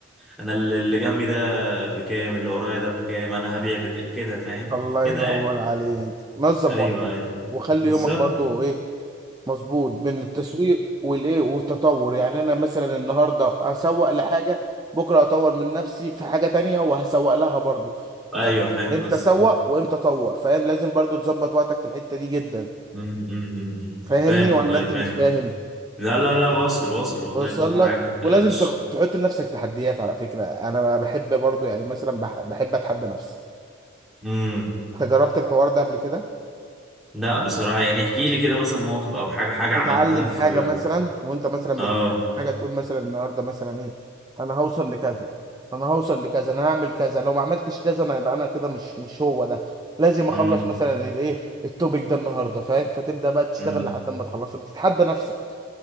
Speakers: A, in the centre; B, on the right.
A: انا اللي اللي جنبي ده بكام اللي ورايا ده بكام انا هبيع بك كده فاهم
B: الله
A: كده
B: ينور
A: يعني
B: عليك نظم
A: ايوه
B: وقتك
A: ايوه
B: وخلي
A: بالظبط
B: يومك برضو ايه مظبوط بين التسويق والايه والتطور يعني انا مثلا النهارده هسوق لحاجه بكره هطور من نفسي في حاجه تانية وهسوق لها برضو
A: ايوه
B: يعني
A: فاهم
B: امتى
A: قصدي
B: سوق وامتى طور فاهم لازم برضو تظبط وقتك في الحته دي جدا
A: أمم، أمم، أمم.
B: فاهمني
A: فاهم
B: ولا
A: والله
B: انت
A: فاهم
B: مش فاهم
A: لا لا لا واصل واصل والله
B: وصل
A: كل حاجة
B: لك
A: متقلقش
B: ولازم تخ- تحط لنفسك تحديات على فكره انا بحب برضو يعني مثلا بح- بحب اتحدى نفسي
A: امم
B: انت جربت الحوار ده قبل كده
A: لا بصراحة يعني احكي لي كده مثلا موقف او حاجة حاجة
B: تتعلم
A: عملتها في
B: حاجه مثلا وانت مثلا
A: اه
B: بتتعلم حاجه تقول مثلا النهارده مثلا ايه انا هوصل لكذا انا هوصل لكذا انا هعمل كذا لو ما عملتش كذا انا يبقى انا كده مش مش هو ده لازم اخلص
A: امم
B: مثلا الايه التوبيك ده النهارده فاهم فتبدا بقى تشتغل
A: امم
B: لحد ما تخلصه بتتحدى نفسك